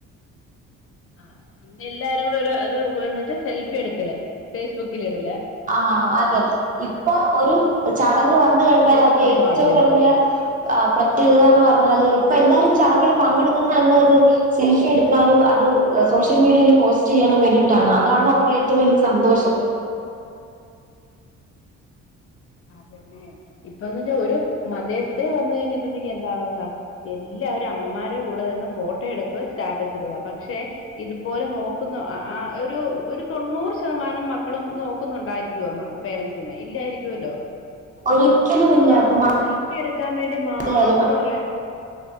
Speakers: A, on the left; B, on the right.
A: ആ പിന്നെ എല്ലാരും കൂടെ ഒരു അത് ന്ന് വെച്ചാ സെൽഫി എടുക്കല് ഫേസ്ബുക്കിലിടല്
B: ആഹ് അതെ ഇപ്പൊ ഒരു ചടങ്ങ് വന്ന് കഴിഞ്ഞാലതിന്റെ
A: വലിയൊരു സംഭവമാണല്ലോ
B: ഏറ്റവും വലിയ
A: ഇപ്പൊ
B: ആ പ്രത്യേകതാന്ന് പറഞ്ഞാല് ഇപ്പൊ എല്ലാരും ചടങ്ങിൽ പങ്കെടുക്കുന്നനൊരു സെൽഫി എടുക്കാനും അത് സോഷ്യൽ മീഡിയയിൽ പോസ്റ്റ് ചെയ്യാനും വേണ്ടീട്ടാണ് അതാണ് അവർടെ ഏറ്റവും വലൃ സന്തോഷം
A: അതന്നെ ഇപ്പന്ന് വെച്ചാ ഒരു മതേഴ്സ് ഡേ വന്ന് കഴിഞ്ഞിട്ടുണ്ടെങ്കി എന്താ അവസ്ഥ എല്ലവരും അമ്മമാരുടെ കൂടെ നിന്ന് ഫോട്ടോ എടുക്കുക സ്റ്റാറ്റസ് ഇടുക പക്ഷെ ഇതുപോലെ നോക്കുന്ന ആഹ് ഒരു ഒരു തൊണ്ണൂറ് ശതമാനം മക്കളും നോക്കുന്നുണ്ടായിരിക്കോ മ പാരന്റ്സിനെ ഇല്ലായിരിക്കുവല്ലോ
B: ഒരിക്കലുമില്ല ഇപ്പൊ
A: ആഹ് സെൽഫി എടുക്കാൻ വേണ്ടി
B: മഴയായാലും
A: മാത്ര ഉള്ളെ